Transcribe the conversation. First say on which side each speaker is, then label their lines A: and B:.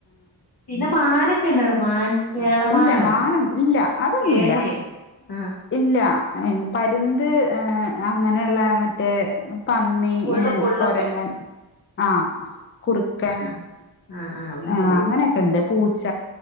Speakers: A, on the left; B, on the left.
A: പിന്നെ മാന ക്കെണ്ടട മാൻ കേളമാനോ
B: ഇല്ല മാനം ഇല്ല അതൊന്നുല്ല
A: കേഴയൊ ആ
B: ഇല്ല പരുന്ത് അങ്ങനെയുള്ള മറ്റേ പന്നി
A: പുള്ള്
B: ഏ
A: പുള്ളൊക്കെ
B: കൊരങ്ങൻ ആഹ് കുറുക്കൻ
A: ആഹ് ആഹ് ആഹ് ഉയ്യോ
B: ആ അങ്ങനെയൊക്കെണ്ട് പൂച്ച